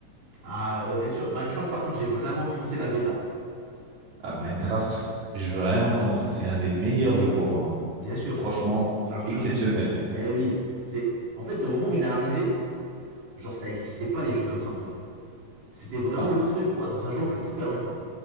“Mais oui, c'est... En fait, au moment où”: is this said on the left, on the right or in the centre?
Right